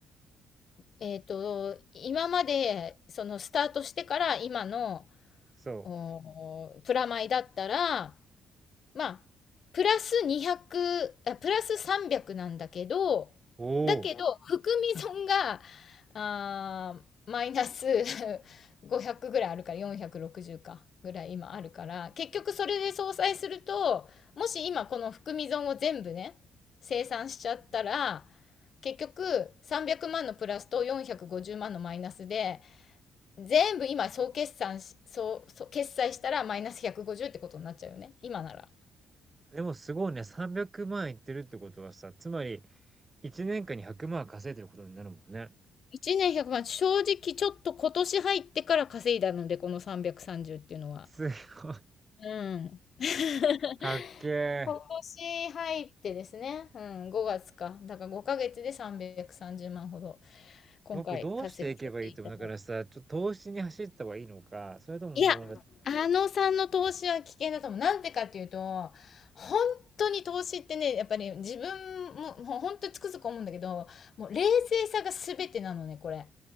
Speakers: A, on the left; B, on the right.
A: えっと、今まで、そのスタートしてから今の、
B: そう。
A: おプラマイだったら、まあ、プラス200、あ、プラス300なんだけど、
B: おお。
A: だけど、含み損が、あー、マイナス <laughs> 500ぐらいあるから、460か、ぐらい今あるから、結局それで相殺すると、もし今この含み損を全部ね、清算しちゃったら、結局300万のプラスと450万のマイナスで、全部今総決算し、総、総決済したらマイナス150ってことになっちゃうよね。今なら。
B: でもすごいね、300万いってるってことはさ、つまり、1年間に100万稼いでることになるもんね。
A: 一年100万、正直ちょっと今年入ってから稼いだので、この330っていうのは。
B: すごい。
A: うん。<laughs>
B: かっけえ。
A: 今年入ってですね、うん、5月か。だから5ヶ月で330万ほど、今回稼がせていただいて。
B: 僕どうしていけばいいと思うだからさ、ちょっと投資に走った方がいいのか、それとももうなんか、
A: いや、あのさんの投資は危険だと思う。なんでかっていうと、本当に投資ってね、やっぱり自分も、もう本当につくづく思うんだけど、もう冷静さが全てなのね、これ。